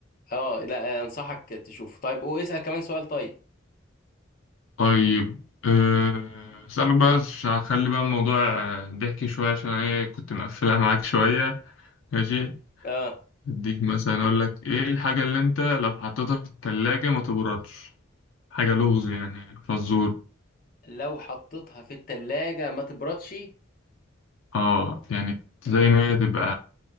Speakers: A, on the left; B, on the left.
A: اه لا انصحك تشوفه طيب واسأل كمان سؤال طيب
B: طيب أه، اسالك بقى ش- هخلي بقى الموضوع أه، ضحكي شويه عشان ايه كنت مقفلها معاك شويه ماشي
A: اه
B: اديك مثلا اقول لك ايه الحاجه اللي انت لو حطيتها في الثلاجه ما تبردش حاجه لغز يعني فزور
A: لو حطيتها في التلاجة ما تبردش
B: اه يعني زي ما هي تبقى